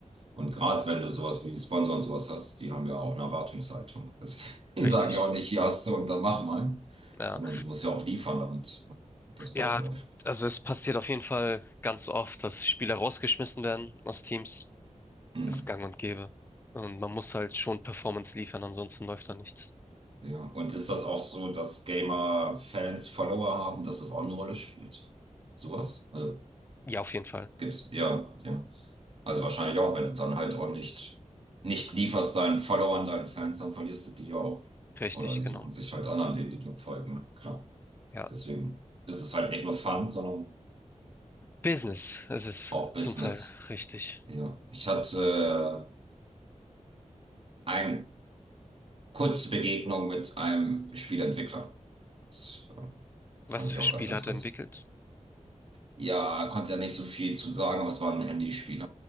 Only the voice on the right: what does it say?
und gerade wenn du sowas wie Sponsor und sowas hast, die haben ja auch eine Erwartungshaltung. Also, <laughs> die
sagen ja auch nicht, hier hast du und dann mach mal,
sondern du musst ja auch liefern, damit das
weiterläuft.
Hm.
Ja. Und ist das auch so, dass Gamer Fans Follower haben, dass das auch eine Rolle spielt? Sowas? Also
gibt's, ja, ja. Also wahrscheinlich auch, wenn du dann halt auch nicht, nicht lieferst deinen Followern, deinen Fans, dann verlierst du die ja auch.
Oder die
suchen sich halt an, an denen die dir folgen. Klar.
Deswegen ist es halt nicht nur Fun, sondern
auch Business.
Ja. Ich hatte äh, eine kurze Begegnung mit einem Spieleentwickler. Das, äh, fand
ich
auch
ganz interessant.
Ja, konnte ja nicht so viel zu sagen, aber es war ein Handyspiel.